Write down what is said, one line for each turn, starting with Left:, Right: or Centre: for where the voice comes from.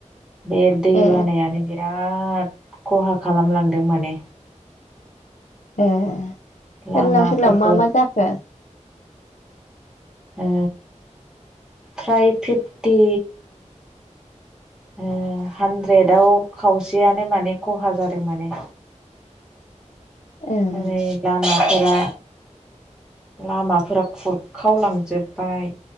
Centre: बे दै
Left: ए
Centre: बानायानो बिराद खहा खालामलांदों माने
Left: ए सोरनाव
Centre: लामाफोरखौ
Left: सोरनाव मा-मा जाखो
Centre: ओ फ्राय फिफटि ओ हानद्रेदाव खावसेयानो माने खहा जादों माने
Left: ओं
Centre: ओरै लामाफोरा लामाफोरा खुरखावलांजोब्बाय